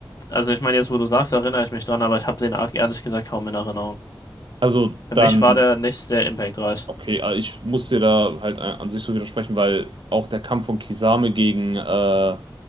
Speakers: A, on the left; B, on the right.
A: also ich meine, jetzt wo du sagst, erinnere ich mich dran, aber ich habe den Arc ehrlich gesagt kaum in Erinnerung.
B: Also
A: Für
B: dann,
A: mich war der nicht sehr impactreich.
B: okay, äh, ich muss dir da halt an an sich so widersprechen, weil auch der Kampf von Kisame gegen äh,